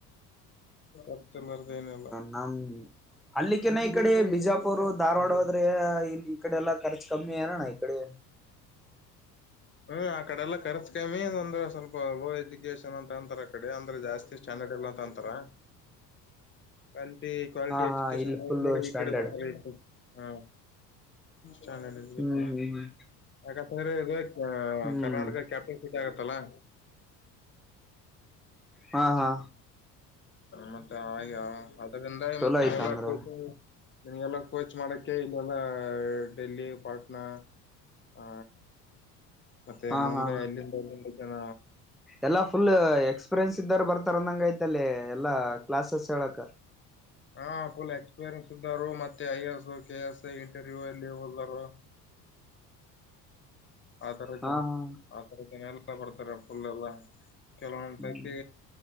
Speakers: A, on the left; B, in the centre.
A: ಖರ್ಚಿರಲ್ಲಾರ್ದ ಏನಿಲ್ಲಾ.
B: ನಮ್ಮ <inaudible> ಅಲ್ಲಿಕ್ಕಿನ ಈ ಕಡೆ ಬಿಜಾಪುರ್, ಧಾರವಾಡ ಹೋದ್ರೆ ಇಲ್ಲಿ ಈ ಕಡೆ ಎಲ್ಲ ಖರ್ಚು ಕಮ್ಮಿ ಏನಣ ಈ ಕಡೆ
A: ಹ್ಮ್ ಆ ಕಡೆಲ್ಲ ಖರ್ಚ ಕಮ್ಮಿ ಅಂದ್ರೆ ಸ್ವಲ್ಪ ಎಜುಕೇಶನ್ ಅಂತ ಅಂತಾರ ಅ ಕಡೆ ಅಂದ್ರೆ ಜಾಸ್ತಿ ಸ್ಟ್ಯಾಂಡರ್ಡ್ ಇಲ್ಲ ಅಂತ ಅಂತಾರ ಕ್ವಾಲಟಿ ಕ್ವಾಲಿಟಿ
B: ಹಾ
A: ಎಜುಕೇಶನ್
B: ಹಾ ಇಲ್ಲಿ ಫುಲ್
A: ಈಕಡೆ
B: ಸ್ಟ್ಯಾಂಡರ್ಡ್
A: ಬರ್ತರೆ ಹ ಚನ್ <inaudible>
B: ಹ್ಮ್ ಹ್ಮ್
A: ಯಾಕಂತಂದ್ರೆ ಇದು
B: ಹ್ಮ್
A: ಕರ್ನಾಟಕ ಕ್ಯಾಪಿಟಲ್ ಸಿಟಿ ಆಗತ್ತಲ್ಲಾ
B: ಹಾ ಹಾ
A: ಮತ್ತೆ ಆಯ ಅದ್ರಂದ
B: ಚಲೋ
A: ಮತ್ತ
B: ಆಯ್ತ
A: ಇದ್ದಲ
B: ಅಂದ್ರ
A: ಕೂತು ನಿಂಗೆಲ್ಲ ಕೋಚ್ ಮಾಡಕ ಇಲ್ಲೆಲ್ಲ ಡೆಲಿ ಪಾಟ್ನಾ ಹಾ ಮತ್ತೆ
B: ಹಾ
A: ಮುಂಬೈ
B: ಹಾ
A: ಅಲ್ಲಿನಿಂದ ಎಲ್ಲಿಂದ ಜನ
B: ಎಲ್ಲಾ ಫುಲ್ ಎಕ್ಸ್ಪೀರಿಯನ್ಸ್ ಇದ್ದಾರ ಬರ್ತಾರ ಅಂದಂಗ ಅಲ್ಲಿ ಎಲ್ಲಾ ಕ್ಲಾಸಸ್ ಹೇಳಕ್
A: ಹಾ ಫುಲ್ ಎಕ್ಸ್ಪೀರಿಯನ್ಸ್ ಇದ್ದರು ಮತ್ತೆ I. S. K. S. Interview ಅಲ್ಲಿ ಹೋದರು ಆ ತರದ
B: ಹಾ
A: ಜ
B: ಹಾ
A: ಆ ತರದ ಜನ ಎಲ್ಲ ಬರ್ತಾರೆ ಫುಲ್ ಎಲ್ಲ ಕೆಲವೊಂದು
B: ಹ್ಮ್
A: ಸತಿ